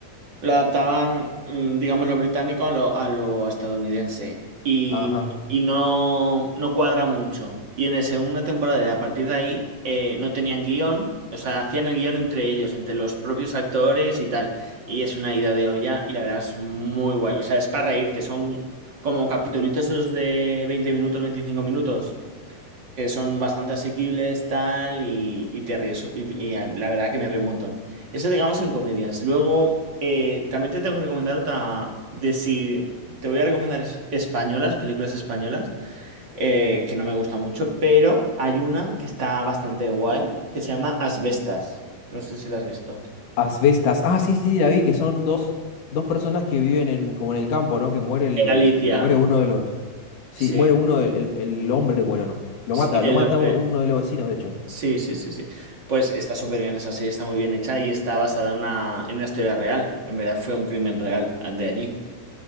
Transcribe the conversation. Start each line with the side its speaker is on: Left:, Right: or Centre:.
Right: lo adaptaban, mm, digamos, lo británico a lo, a lo estadounidense. Y,
Left: ajá.
Right: y no, no cuadra mucho. Y en la segunda temporada, y a partir de ahí, eh, no tenían guión. O sea, hacían el guión entre ellos, entre los propios actores y tal. Y es una ida de olla y la verdad es muy guay. O sea, es para reírte. Son como capitulitos esos de 20 minutos, 25 minutos que son bastante asequibles, tal, y, y te ríes. Y, y, eh, la verdad que me río un montón. Eso, digamos, en comedias. Luego, eh, también te tengo que recomendar otra de si. Te voy a recomendar es- españolas, películas españolas, eh, que no me gusta mucho, pero hay una que está bastante guay, que se llama Asbestas. No sé si la has visto.
Left: Asbestas. Ah, sí, sí, sí, la vi, que son dos, dos personas que viven en, como en el campo, ¿no? Que muere el,
Right: De Galicia.
Left: muere uno de los. Sí,
Right: Sí.
Left: muere uno del, el, el hombre muere, ¿no? Lo
Right: Sí,
Left: mata,
Right: el
Left: lo mata
Right: hombre.
Left: u- uno de los vecinos, de hecho.
Right: Sí, sí, sí, sí. Pues está súper bien esa serie, está muy bien hecha y está basada en una, en una historia real. En verdad fue un crimen real ah, de allí.